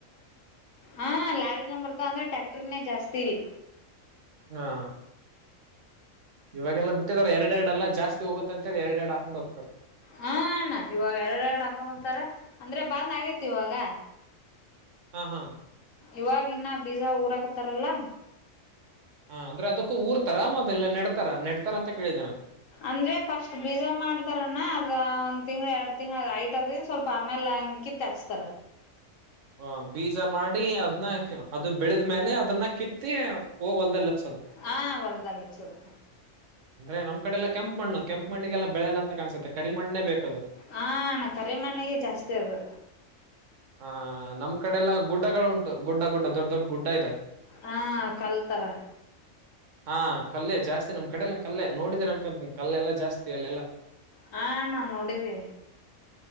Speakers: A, on the left; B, on the right.
A: ಹ ಲಾರಿನ ಬರ್ತ ಅಂದ್ರೆ ಟ್ಯಾಕ್ಟರ್ನೇ ಜಾಸ್ತಿ ಇಲ್ಲಿ.
B: ಹಾ. ಇವಾಗೆಲ್ಲ ಬಿಟ್ಟಿದಿದ್ದಾರೆ ಎರಡೆ ಎರಡೆಲ್ಲ ಜಾಸ್ತಿ ಹೋಗುತ್ತತ್ತ ಅಂತೇಳಿ ಎರಡೆ ಎರಡು ಹಾಕೊಂಡ್ ಹೋಗ್ತಾರೆ.
A: ಹಣ್ಣ ಇವಾಗ ಎರಡೆ ಎರಡು ಹಾಕೊಂಡ ಹತಾರ ಅಂದ್ರೆ ಬಂದ್ ಆಗೇತಿ ಇವಾಗ.
B: ಹಾ ಹಾ.
A: ಇವಾಗ ಇನ್ನ ಬೀಜ ಊರಾಕ್ತಾರಲ್ಲ.
B: ಹಾ ಅಂದ್ರೆ ಅದಕ್ಕೂ ಊರ್ತರ ಮದಲ್ಲ ನೆಡ್ತಾರ ನೆಡ್ತಾರ ಅಂತ ಕೇಳಿದ್ದೆನ.
A: ಅಂದ್ರೆ ಫಸ್ಟ್ ಬೀಜ ಮಾಡ್ತಾರಣ್ಣ ಅದ ಒಂದ್ ತಿಂಗಳ ಎರಡು ತಿಂಗ್ಳ ಐಟ್ ಅದ ಸ್ವಲ್ಪ ಆಮೇಲೆ ಅ ಕಿತ್ ಹಚ್ತಾರ.
B: ಹ ಬೀಜ ಮಾಡಿ ಅದ್ನ್ನ ಅದು ಬೆಳೆದ್ಮೇಲೆ ಅದನ್ನ ಕಿತ್ತಿ ಹೋಗ ಹೊಲ್ದಲ್ಲ ಹಚ್ಚೋದು.
A: ಹಾ ಹೊಲದಲ್ಲಿ ಹಚ್ಚೋದು.
B: ಅಂದ್ರೆ ನಮ್ ಕಡೆ ಎಲ್ಲ. ಕೆಂಪು ಮಣ್ಣು ಕೆಂಪು ಮಣ್ಣಿಗೆಲ್ಲ ಬೆಳೆಯಲ್ಲ ಅಂತ ಕಾಣಸುತ್ತೆ ಕರಿಮಣ್ಣೇ ಬೇಕದು
A: ಹಾ ಅಣ್ಣ ಕರಿ ಮಣ್ಣಿಗೆ ಜಾಸ್ತಿ ಅದು
B: ಹ. ನಮ್ಮ ಕಡೆ ಎಲ್ಲ ಗುಡ್ಡಗಳುಂಟು ಗುಡ್ಡ ಗುಡ್ ದೊಡ್ ದೊಡ್ ಗುಡ್ಡ ಇದೆ.
A: ಹಾ ಕಲ್ತಾರ.
B: ಹಾ ಕಲ್ಲೇ ಜಾಸ್ತಿ ನಮ್ ಕಡೆ ಎಲ್ಲ ಕಲ್ಲೆ ನೋಡಿದ್ರೆ ಅನ್ಕೊಂತೀನ ಕಲ್ಲೆಲ್ಲಾ ಜಾಸ್ತಿ ಅಲ್ಲೆಲ್ಲಾ.
A: ಹಾ ನಾನ್ ನೋಡಿದ್ದೀ.